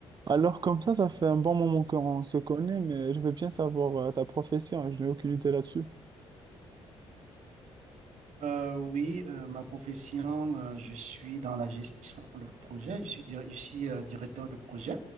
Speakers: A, on the right (about 30°); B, on the right (about 60°).
A: Alors comme ça, ça fait un bon moment qu'on se connaît, mais je veux bien savoir euh, ta profession, je n'ai aucune idée là-dessus.
B: Euh, oui, euh, ma profession, euh, je suis dans la gestion de projet. Je suis, dir- je suis euh, directeur de projet.